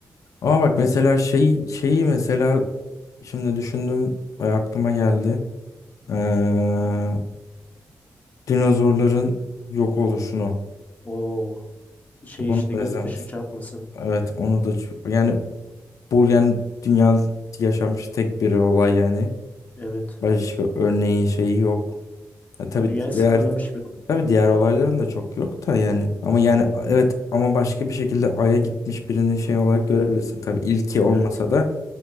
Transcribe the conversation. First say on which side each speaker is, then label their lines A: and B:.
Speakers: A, on the left (about 80°); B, on the left (about 30°).
A: Ama bak mesela şey şeyi mesela şimdi düşündüm ve aklıma geldi. Ee, dinozorların yok oluşunu.
B: O şey
A: Bunu
B: işte
A: da
B: göktaşı
A: izlemeksin.
B: çarpmasın.
A: Evet onu da çok- yani bu yani dünyada yaşanmış tek bir olay yani.
B: Evet.
A: Başka örneği şeyi yok. Ya
B: Yani
A: tabii
B: dünyayı sıfırlamış
A: diğer
B: bir olay.
A: tabii diğer olayların da çok yok da yani. Ama yani evet ama başka bir şekilde Ay'a gitmiş birinin şey olarak
B: Hı
A: görebilirsin.
B: hı.
A: Tabii ilki olmasa
B: Evet.
A: da